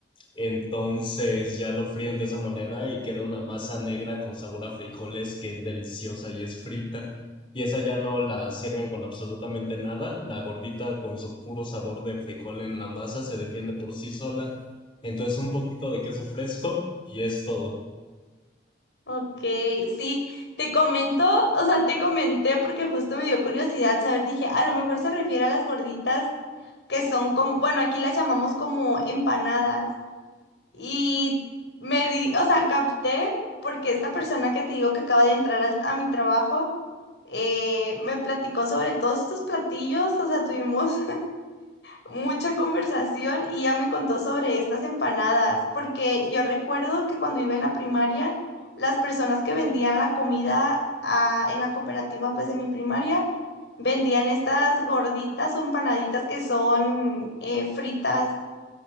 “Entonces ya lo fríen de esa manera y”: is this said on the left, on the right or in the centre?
Left